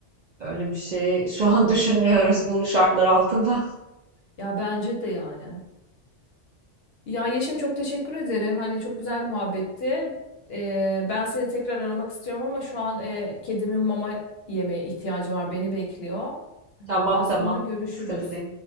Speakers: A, on the right; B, on the left.
A: Öyle bir şey şu an <laughs> düşünmüyoruz bu şartlar altında.
B: Ya bence de yani. Ya Yeşim çok teşekkür ederim. Hani çok güzel bir muhabbetti. Ee, ben seni tekrar aramak istiyorum ama şu an e, kedimin mama yemeye ihtiyacı var. Beni bekliyor.
A: <laughs> Tamam
B: Daha
A: tamam.
B: sonra görüşürüz.
A: Sıkıntı değil.